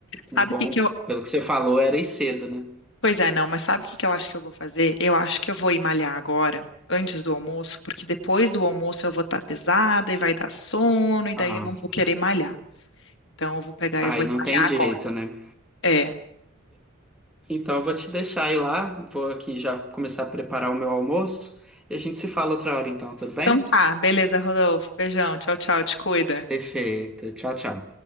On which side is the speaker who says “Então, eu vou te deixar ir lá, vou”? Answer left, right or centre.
Centre